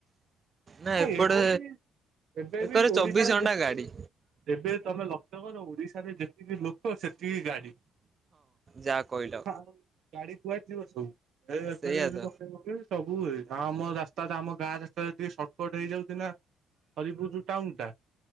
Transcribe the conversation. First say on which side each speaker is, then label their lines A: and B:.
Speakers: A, on the right; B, on the right.
A: ନା ଏପଟେ
B: ଏବେ ବି ଏବେ
A: ଏକରେ
B: ବି ଓଡିଶାରେ
A: ଚବିଶ ଘଣ୍ଟା
B: ଯେତିକି
A: ଗାଡି।
B: ଏବେ ତମେ ଲକ୍ଷ୍ୟ କର ଓଡିଶାରେ ଯେତିକି ଲୋକ ସେତିକି ଗାଡି।
A: ଯା କହିଲ।
B: ହଁ ଗାଡି କୁଆଡ ଯିବ ସବୁ ଏ <inaudible>
A: ସେଇଆ ତ
B: ପକେଇ ସବୁ ହୁଏ ଆମ ରାସ୍ତାଟା ଆମ ଗାଁ ରାସ୍ତାରେ ଟିକେ ସଟ ସେପଟେ ହେଇଯାଉଚିନା ହରିପୁର ଯୋଉ ଟାଉନଟା